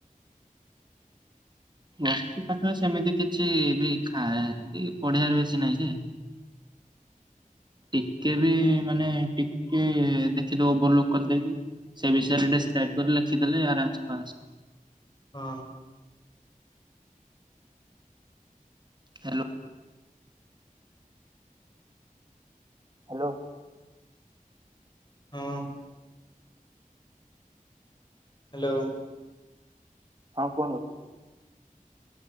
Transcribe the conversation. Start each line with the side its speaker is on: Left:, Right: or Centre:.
Right: ବସ୍ତି ପାଠ ସେମିତି କିଛି ବି ଖା ପଢିବାର ବେଶି ନାହିଁ ଯେ ଟିକେ ବି ମାନେ ଟିକେ ଦେଖିଦବ ଭଲ କରିଦେଇକି। ସେ ବିଷୟରେ ଦେସକ୍ରଆଇନକରି ଲଖିଦେଲେ ଆରାମ୍ ସେ ପାସ୍।
Left: ହଁ।
Right: ହାଲୋ। ହାଲୋ।
Left: ହଁ। ହାଲୋ।
Right: ହଁ କୁହନ୍ତୁ।